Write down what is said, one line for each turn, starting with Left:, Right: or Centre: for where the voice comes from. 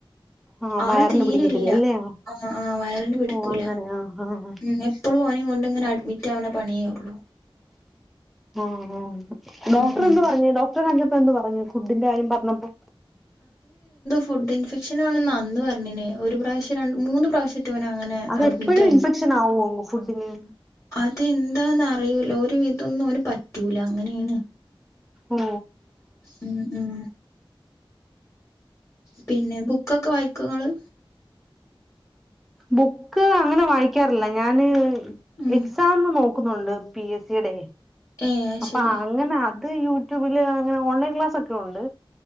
Centre: ആഹ്
Left: ആള്
Centre: വയറിന്
Left: തീരെല്ല
Centre: പിടിക്കത്തില്ലല്ലേ
Left: ആഹ് ആഹ് ആഹ് വയറിന് പിടിക്കൂല.
Centre: ഓ അങ്ങനെ ആഹ് ആഹ്
Left: ഉം എപ്പളും ഓനിം കൊണ്ട്ങ്ങനെ അഡ്മിറ്റാവ്ണ പണിയൊള്ളൂ.
Centre: ആഹ് ആഹ്
Left: ഉം
Centre: ഡോക്ടറെന്ത്
Left: ഉം
Centre: പറഞ്ഞു ഡോക്ടറെ കാണിച്ചപ്പോ എന്ത് പറഞ്ഞു ഫുഡിന്റെ കാര്യം പറഞ്ഞപ്പോ
Left: ഫുസ്സിൻഫെക്ഷനാണ്ന്ന അന്ന് പറഞ്ഞീനെ ഒരു പ്രാശ്യം രണ് മൂന്ന് പ്രാവശ്യറ്റെ ഓന് അങ്ങനെ
Centre: അതെപ്പഴും
Left: അഡ്മിറ്റ്
Centre: ഇൻഫെക്ഷനാവോ ഫുഡ്ഡിന്
Left: അതെന്താന്നറിയൂല ഒരു വിധൊന്നോന് പറ്റൂല അങ്ങനേണ്
Centre: ഉം
Left: ഉം ഉം പിന്നെ ബുക്കൊക്കെ വായിക്കൊങ്ങള്
Centre: ബുക്ക് അങ്ങനെ വായിക്കാറില്ല ഞാന്
Left: ഉം
Centre: എക്സാംമ് നോ ക്കുന്നുണ്ട് പി എസ് സീടെ.
Left: ഏഹ് അയ്ശരി
Centre: അപ്പൊ അങ്ങനെ അത് യൂട്യൂബില് അങ്ങനെ ഓൺലൈൻ ക്ലാസൊക്കെ ഉണ്ട്